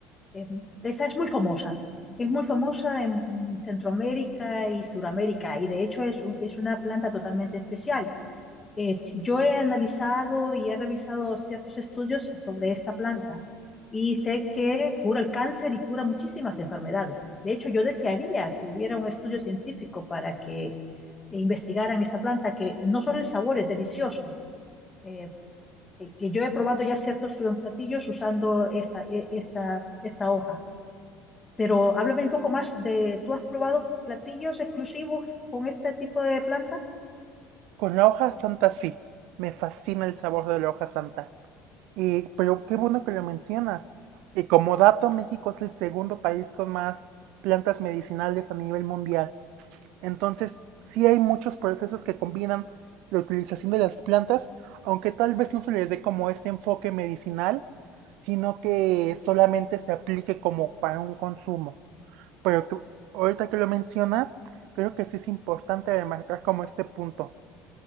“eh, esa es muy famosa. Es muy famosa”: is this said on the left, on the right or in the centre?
Left